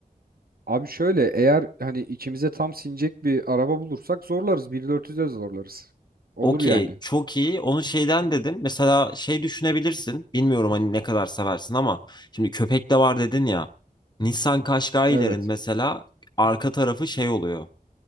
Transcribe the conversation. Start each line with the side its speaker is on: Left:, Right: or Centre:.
Right: abi şöyle eğer hani içimize tam sinecek bir araba bulursak zorlarız. bir bin dört yüz'e zorlarız. Olur
Left: Okey,
Right: yani.
Left: çok iyi. Onu şeyden dedim. Mesela şey düşünebilirsin. Bilmiyorum hani ne kadar seversin ama şimdi köpek de var dedin ya. Nissan Qashqai'lerin
Right: Evet.
Left: mesela arka tarafı şey oluyor.